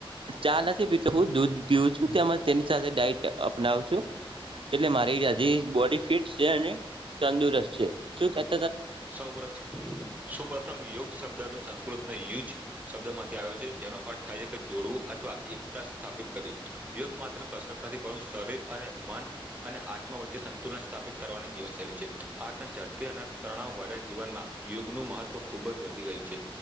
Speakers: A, on the right (about 65°); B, on the right (about 15°).
A: ચા નથી પીતો હું દૂધ પીઉું છું તેમ તેની સાથે ડાટ અપનાવ એટલે મારી બોડી ફિટ છે અને તંદુરસ્ત છે શું ક
B: સૌ પ્રથમ સુપ્રથમ યોગ શબ્દ સંસ્કૃત યુ શબ્દ માંથી આવ્યો છે જેનો અર્થ થાય છે કે જોડવું અથવા એકતા સ્થાપિત કરવી યોગ માત્ર કસરત નથી પર શરીર અને મન અને આત્મા વચ્ચે સંતુલન સ્થાપિત કરવાની જીવનશૈલી છે આ ઝડપી અને તણાવ વા્યા જીવનમાં યુગનું મહત્વ ખુબ જ વધી ગયું છે